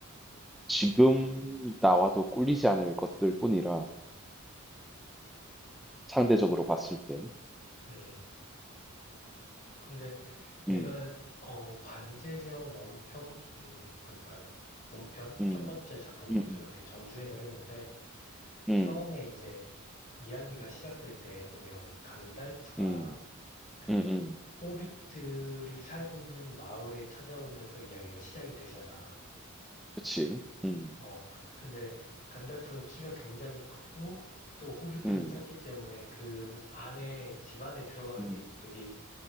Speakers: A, in the centre; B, on the left (about 40°).
A: 지금 나와도 꿀리지 않을 것들 뿐이라 상대적으로 봤을 때.
B: 음, 근데 내가
A: 음.
B: 어 반지의 제왕 원편, 음, 그러니까 본편
A: 음.
B: 첫 번째 작품부터
A: 음. 음.
B: 이렇게 정주행을 했는데
A: 음.
B: 처음에 이제 이야기가 시작될 때 보면 간달프가
A: 음.
B: 그
A: 음. 음.
B: 호빗들이 살고 있는 마을에 찾아오면서 이야기가 시작이 되잖아.
A: 그치. 음.
B: 어, 근데 간달프는 키가 굉장히 크고 또 호빗들은
A: 음.
B: 작기 때문에 그 안에 집 안에 들어가는
A: 음.
B: 게 되게